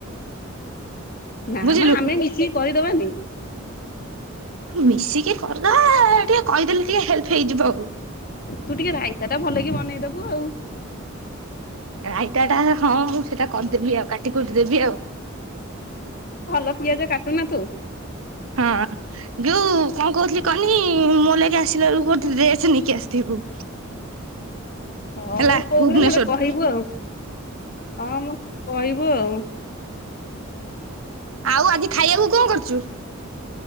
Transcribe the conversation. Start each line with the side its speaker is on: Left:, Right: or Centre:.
Left: ନା
Right: ବୁଝିଲୁ।
Left: ମ ଆମେ ମିଶିକି କରିଦବାନି।
Right: ମିଶିକି କରିଦବା ଟିକେ କହିଦେଲେ ଟିକେ ହେଲ୍ପ ହେଇଯିବ ଆଉ।
Left: ତୁ ଟିକେ ରାଇତା ଟା ଭଲକି ନେଇଦବୁ ଆଉ।
Right: ରାଇତା ଟା ହଁ ମୁଁ ସେଇଟା କରିଦେବି ଆଉ କା କହିଥିଲେ ଦିଅ
Left: ଭଲ ପିଆଜ କା ଶୁଣ ନା ତୁ
Right: ହଁ ଯୋଉ କଣ କହୁଥିଲି। କହ୍ନେଇ ମୋ ଲାଗି ଆସିଲା ବେଳକୁ ଗୋଟେ ଡ୍ରେସ ନେଇକି ଆସିଥିବୁ
Left: ହଉ
Right: ହେଲା
Left: କୋଉ
Right: ଭୁବନେଶ୍ଵରରୁୁ
Left: ଭଳିଆ ତାହେଲେ କହିବୁ ଆଉ। ହଁ ମୁଁ କହିବୁ ଆଉ।
Right: ଆଉ ଆଜି ଖାଇବାକୁ କଣ କରୁଛୁ?